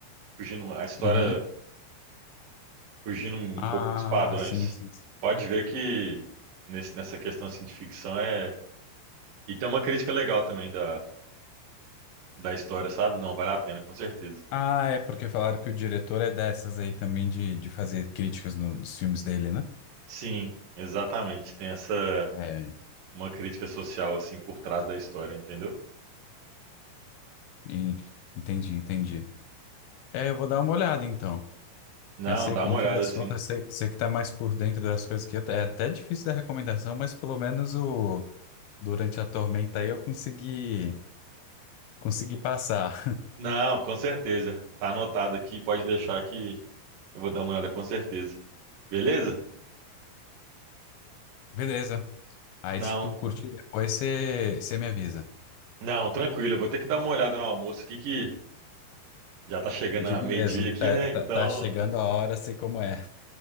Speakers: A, on the right; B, on the left.
A: Fugindo, a história
B: Uhum.
A: fugindo um
B: Ah,
A: pouco dos padrões.
B: sim, sim.
A: Pode ver que nesse- nessa questão assim, de ficção é. E tem uma crítica legal também da, da história, sabe? Não, vale a pena, com certeza.
B: Ah, é porque falaram que o diretor é dessas aí também de, de fazer críticas no- nos filmes dele, né?
A: Sim, exatamente. Tem essa
B: É,
A: uma crítica social assim por trás da história, entendeu?
B: E- entendi, entendi. É, eu vou dar uma olhada então.
A: Não,
B: Mas você,
A: dá uma
B: no
A: olhada
B: fim das
A: assim.
B: contas, você, você que tá mais por dentro das coisas que até é até difícil da recomendação, mas pelo menos o durante a tormenta aí eu consegui consegui passar.
A: Não, com certeza. Tá anotado aqui, pode deixar que eu vou dar uma olhada com certeza. Beleza?
B: Beleza. Aí
A: Não,
B: se tu curtir depois, você, você me avisa.
A: não, tranquilo. Eu vou ter que dar uma olhada no almoço aqui que já tá chegando
B: Digo
A: a meio-dia
B: mesmo,
A: aqui,
B: tá,
A: né?
B: tá,
A: Então.
B: tá chegando a hora, sei como é.